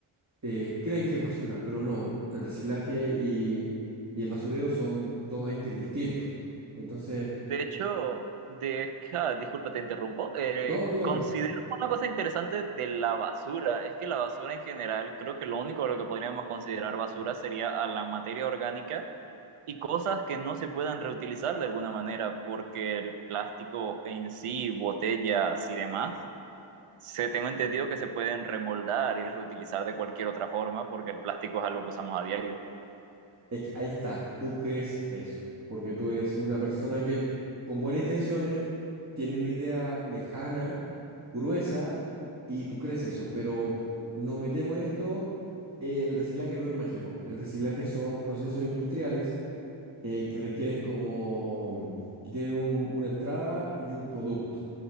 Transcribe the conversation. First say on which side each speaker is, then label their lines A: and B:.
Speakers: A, on the right (about 35°); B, on the right (about 90°).
A: eh, creen que es basura, pero no, el reciclaje y, y el basurero son dos entes distintos. Entonces,
B: De hecho, de, ah, disculpa, te interrumpo. Eh,
A: no, díganos,
B: considero una cosa interesante de la basura. Es que la basura en general, creo que lo único a lo que podríamos considerar basura sería a la materia orgánica y cosas que no se puedan reutilizar de alguna manera, porque el plástico en sí, botellas y demás, se tengo entendido que se pueden remoldar y reutilizar de cualquier otra forma, porque el plástico es algo que usamos a diario.
A: es que ahí está, tú crees eso, porque tú eres una persona que con buenas intenciones tiene una idea lejana, gruesa, y tú crees eso, pero nos metemos en esto, el reciclaje no es mágico, el reciclaje son procesos industriales eh, que requieren como, mm, que tienen un- una entrada y un producto.